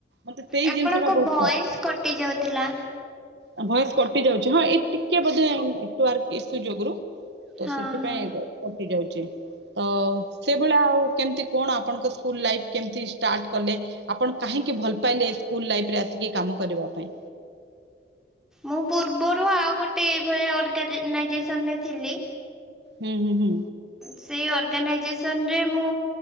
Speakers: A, on the right; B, in the centre.
A: ମତେ। ସେଇ
B: ଆପଣଙ୍କ
A: ଜିନିଷ ଟା ବହୁତ
B: ଭଏସ କଟି ଯାଉଥିଲା।
A: ଅ ଭଏସ କଟି ଯାଉ ହଁ ଏଇ ଟିକେ ବୋଧେ ନେଟୱାର୍କ। ଏ ସୁଯୋଗରୁୁ। ତ
B: ହଁ
A: ସେଥିପାଇଁ
B: ହଁ।
A: ଏକା କଟି ଯାଉ ଚି। ତ ସେଭଳିଆ ଆଉ କେମତି କଣ ଆପଣଙ୍କ ସ୍କୁଲ୍ ଲାଇପ୍ କେମତି ଷ୍ଟାଟ୍ କଲେ? ଆପଣ କାହିଁକି ଭଲ ପାଇଲେ ସ୍କୁଲ ଲାଇପରେ ଆସିକି ଏ କାମ କରିବା ପାଇଁ?
B: ମୁଁ ପୂର୍ବରୁ ଆଉ ଗୋଟେ ଏଇ ଭଳିଆ ଅର୍ଗାନାଇଜେସନରେ ଥିଲି।
A: ହୁଁ ହୁଁ ହୁଁ।
B: ସେଇ ଅର୍ଗାନାଇଜେସନରେ ମୁଁ